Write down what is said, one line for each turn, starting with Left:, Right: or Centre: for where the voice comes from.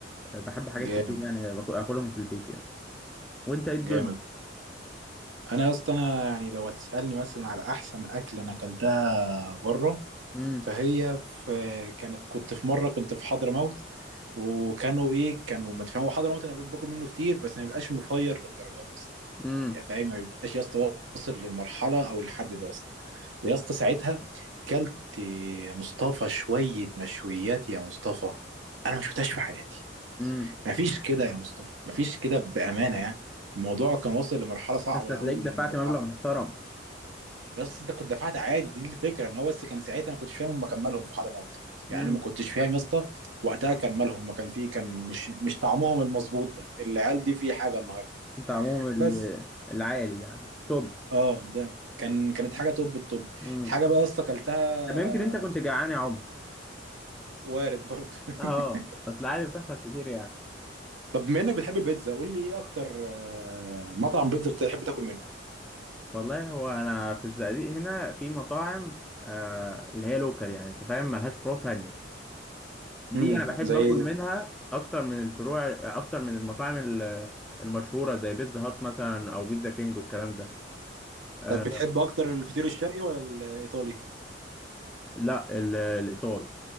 Centre: آه، بحب حاجات
Right: جامد
Centre: كتير يعني باكل- اكلهم في البيت يعني وانت ايه الدنيا
Right: جامد انا يا اسطى انا يعني لو هتسالني مثلا على احسن اكله انا اكلتها بره
Centre: امم
Right: فهي في كانت كنت في مره كنت في حضرموت وكانوا ايه كانوا متفاهمين هو حضرموت انا باكل منه كتير بس ما بيبقاش مفير للدرجات يا اسطى
Centre: امم
Right: يعني فاهم ما بيبقاش يا اسطى واصل للمرحله او الحد ده يا اسطى يا اسطى ساعتها كلت يا مصطفى شويه مشويات يا مصطفى انا ما شفتهاش في حياتي
Centre: امم
Right: ما فيش كده يا مصطفى ما فيش كده بامانه يعني الموضوع كان واصل لمرحله صعبه
Centre: بس هتلاقيك
Right: قوي من
Centre: دفعت
Right: من التعب
Centre: مبلغ محترم
Right: يس ده كنت دفعت عادي دي, دي الفكره ان هو بس كان ساعتها انا ما كنتش فاهم هم كان مالهم في حضرموت
Centre: امم
Right: يعني انا ما كنتش فاهم يا اسطى وقتها كان مالهم ما كان في كان مش مش طعمهم المظبوط ده العيال دي في حاجه النهارده
Centre: انت عموما ال-
Right: بس
Centre: العالي يعني توب
Right: اه ده كان كانت حاجه توب التوب
Centre: امم
Right: حاجه بقى يا اسطى اكلتها
Centre: طب يمكن انت
Right: وك-
Centre: كنت جعان يا عمر
Right: وارد برضه <laughs>
Centre: اه اصل العالي بتحصل كتير يعني
Right: طب بما انك بتحب البيتزا قول لي ايه اكتر آه، مطعم بيتزا بتحب تاكل منه
Centre: والله هو انا في الزقازيق هنا في مطاعم آه اللي هي لوكال يعني انت فاهم ملهاش فروع تانية دي
Right: امم
Centre: انا بحب
Right: زي
Centre: اكل منها اكتر من الفروع اكتر من المطاعم ال- المشهورة زي بيتزا هات مثلا او بيتزا كينج والكلام ده آه
Right: طب بتحب اكتر الفطير الشرقي ولا الايطالي
Centre: لا ال- الايطال